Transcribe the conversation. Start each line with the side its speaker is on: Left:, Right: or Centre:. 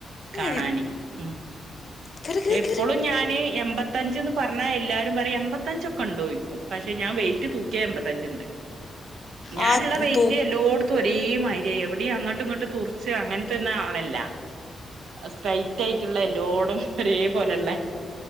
Right: കാണാനേ
Left: ഏ
Right: ഉം
Left: കയറി
Right: ക്ഷെ
Left: കയറി
Right: ഇപ്പളും
Left: കയറി
Right: ഞാന് എൺമ്പത്തഞ്ച്ന്ന് പറഞ്ഞാ എല്ലാരും പറയും എൺമ്പത്തഞ്ചൊക്കെണ്ടോയ്ക്കും പക്ഷെ ഞാൻ ഞാൻ വെയ്റ്റ് തൂക്യാ എൺപത്തഞ്ച്ണ്ട്‌ ഞാന്ള്ള
Left: ആ
Right: വെയ്റ്റ്
Left: തൂ
Right: എല്ലോട്ത്തും ഒ രേ മയ്രിയാ എവിടെയും അങ്ങട്ടും ങ്ങട്ടും തുറിച്ച് അങ്ങനത്തന്നും ആളല്ല സ്ട്രൈറ്റ് ആയിട്ടുള്ള എല്ലോടം ഒരേ പോലെള്ളെ